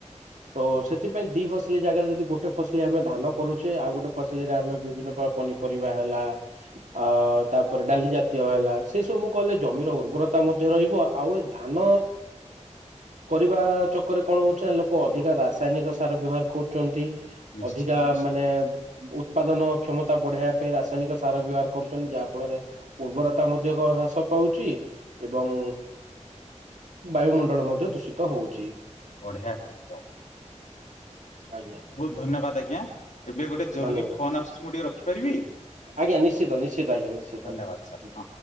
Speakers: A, on the right (about 80°); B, on the left (about 75°).
A: ତ ସେଥିପାଇଁ ଦି ଫସଲି ଜାଗାରେ ଯଦି ଗୋଟେ ଫସଲି ଆମେ ଧାନ କରୁଚେ। ଆଉ ଗୋଟେ ଫସଲିରେ ଆମେ ବିଭିନ୍ନ ପ୍ରକାର ପନିପରିବା ହେଲା ଅ ତାପରେ ଡାଲି ଜାତୀୟ ହେଲା ସେଇ ସବୁ କଲେ ଜମିର ଉର୍ବରତା ମଧ୍ୟ ରହିବ ଆଉ ଏ ଧାନ କରିବା ଚକରେ କଣ ହୋଉଚି ନାଁ ଲୋକ ଅଧିକା ରାସାୟନିକ ସାର ବ୍ୟବହାର କରୁଚନ୍ତି।
B: ନିଶ୍ଚିତ
A: ଅଧିକା
B: ନିଶ୍ଚିତ
A: ମାନେ ଉତ୍ପାଦନ କ୍ଷମତା ବଢ଼େଇବା ପାଇଁ ରାସାୟନିକ ସାର ବ୍ୟବହାର କରୁଛନ୍ତି। ଯାହା ଫଳରେ ଉର୍ବରତା ମଧ୍ୟ ଗ ହ୍ରାସ ପାଉଚି ଏବଂ ବାୟୁମଣ୍ଡଳ ମଧ୍ୟ ଦୂଷିତ ହୋଉଚି।
B: ବଢ଼ିଆ କହିଚନ୍।
A: ଆଜ୍ଞା।
B: ଧନ୍ୟବାଦ ଆଜ୍ଞା ଏବେ ଗୋଟେ ଜରୁରୀ
A: ଧନ୍ୟବାଦ
B: ଫୋନ ଆସୁଛି ମୁଁ ଟିକେ ରଖିପାରିବି।
A: ଆଜ୍ଞା ନିଶ୍ଚିତ ନିଶ୍ଚିତ ଆଜ୍ଞା ନିଶ୍ଚିତ
B: ଧନ୍ୟବାଦ
A: ଆଜ୍ଞା।
B: ସାର୍ ହଁ